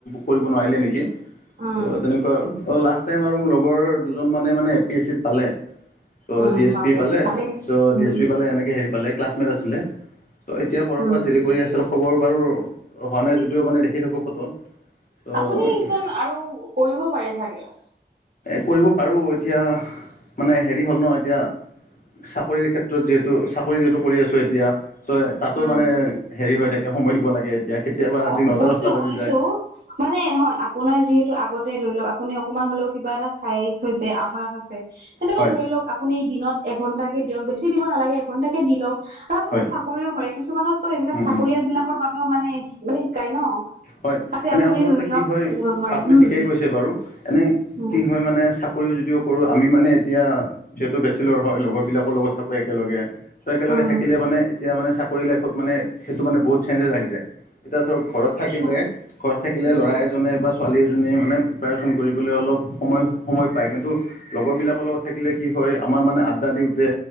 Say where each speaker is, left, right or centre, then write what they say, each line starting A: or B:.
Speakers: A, on the left; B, on the right.
A: কৰিব নোৱাৰিলে নেকি,
B: উম
A: ত' তেনেকুৱা আৰু অ', লাষ্ট টাইম মোৰ লগৰ দুজন মানে, মানে এ পি এছ চিত পালে। ত'
B: উম
A: ডি এছ
B: বাপৰে
A: পি পালে,
B: ভালেই
A: চ' ডি
B: উম
A: এছ পি পালে, এনেকে হেৰি পালে ক্লাছমেট আছিলে। ত' এতিয়া ক'ৰবাত
B: উম
A: হেৰি কৰি আছে, খবৰ বাৰু হোৱা নাই যদিও, মানে দেখি থাকো ফটো। ত'
B: আপুনিচোন আৰু কৰিব পাৰে চাগে।
A: কৰিব পাৰোঁ, এতিয়া মানে হেৰি হ'ল ন এতিয়া। চাকৰিৰ ক্ষেত্ৰত, যিহেতু চাকৰি যিহেতু কৰি আছোঁ এতিয়া চ'। তাতো
B: উম
A: মানে, হেৰি হৈ থাকে সময় দিব লাগে এতিয়া। কেতিয়াবা ৰাতি
B: হওঁক
A: নটা
B: বুজিছো,
A: দহটা বাজি
B: বুজিছো
A: যায়
B: মানে হয়, আপোনাৰ যিহেতু আগতে ধৰি লওক, আপুনি অকনমান হলেও কিবা এটা চাইয়ে থৈছে, আপাৰ তেনেকে
A: হয়
B: ধৰি লওক, আপুনি দিনত এঘন্টা কে দিয়ক, বেছি দিব নালাগে এঘন্টাকে দি লওক। আৰু আপুনি
A: হয়
B: চাকৰিও কৰে, কিছুমানত তো এইবিলাক
A: উম
B: চাকৰিয়াল
A: উম
B: বিলাকৰ বাবেও মানে মানে শিকাই ন।
A: হয়।
B: তাতে
A: এনেই
B: আপুনি
A: আচলতে
B: ধৰি
A: কি
B: লওক
A: হয়
B: পাৰে
A: আপুনি
B: উম
A: ঠিকেই গৈছে বাৰু এনে
B: উম
A: কি হয় মানে যদিও কৰো আমি মানে এতিয়া যিহেতু বেচিলৰ হয় লগৰ বিলাকৰ লগত থাকো একেলগে ত' একেলগে
B: উম
A: থাকিলে মানে এতিয়া মানে চাকৰি লাইফত মানে সেইটো মানে বহুত চেঞ্জেছ আহি যায়। এতিয়া ধৰক ঘৰত থাকিলে
B: আচ্ছা
A: ঘৰত থাকিলে
B: উম
A: ল'ৰা এজনে বা ছোৱালী এজনীয়ে মানে প্ৰিপেয়াৰেশ্যন কৰিবলৈ অলপ সময় সময় পায়। কিন্তু লগৰ বিলাকৰ লগত থাকিলে কি হয় আমাৰ মানে আড্ডা দিওতে